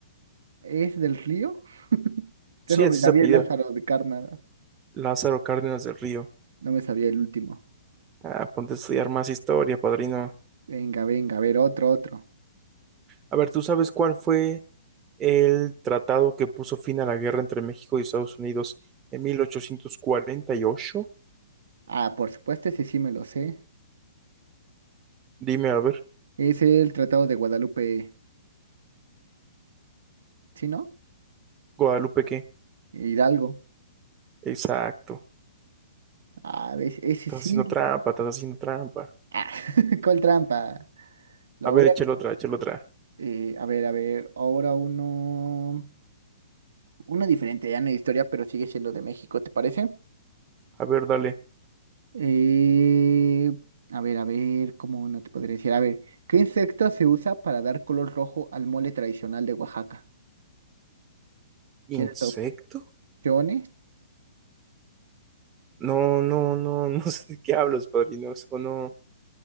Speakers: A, on the right; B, on the right.
A: ¿Es del Río? <laughs> Te
B: Sí,
A: lo
B: así
A: me sabía
B: se apellida.
A: el Lázaro de Cárdenas.
B: Lázaro Cárdenas del Río.
A: No me sabía el último.
B: Ah, ponte a estudiar más historia, padrino.
A: Venga, venga, a ver, otro, otro.
B: A ver, ¿tú sabes cuál fue el tratado que puso fin a la guerra entre México y Estados Unidos en 1848?
A: Ah, por supuesto, ese sí me lo sé.
B: Dime, a ver,
A: Es el Tratado de Guadalupe, ¿sí, no?
B: Guadalupe, ¿qué?
A: Hidalgo.
B: Exacto.
A: Ah, ves, ese
B: Estás
A: sí.
B: haciendo trampa, estás haciendo trampa.
A: Ah, <laughs> ¿cuál trampa? Lo
B: A ver,
A: voy
B: échale
A: a...
B: otra, échale otra.
A: eh, a ver, a ver, ahora uno... Uno diferente, ya no es historia, pero sigue siendo de México, ¿te parece?
B: A ver, dale.
A: Eh, a ver, a ver, ¿cómo no te podría decir? A ver, ¿qué insecto se usa para dar color rojo al mole tradicional de Oaxaca?
B: ¿Insecto?
A: ¿Quieres opciones?
B: No, no, no, <laughs> no sé de qué hablas, padrino. Eso no.